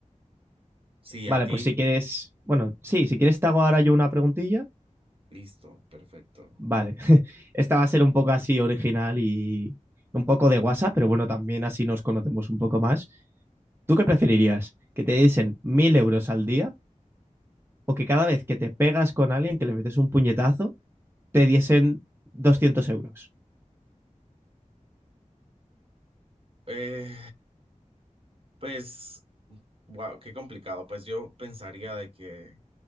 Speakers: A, on the right; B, on the right.
A: Sí,
B: Vale,
A: a ti,
B: pues si quieres, bueno, sí, si quieres te hago ahora yo una preguntilla.
A: listo, perfecto.
B: Vale, <laughs> esta va a ser un poco así original y un poco de WhatsApp, pero bueno, también así nos conocemos un poco más. ¿Tú qué preferirías? ¿Que te diesen mil euros al día o que cada vez que te pegas con alguien, que le metes un puñetazo, te diesen doscientos euros?
A: Eh, pues, wow, qué complicado. Pues yo pensaría de que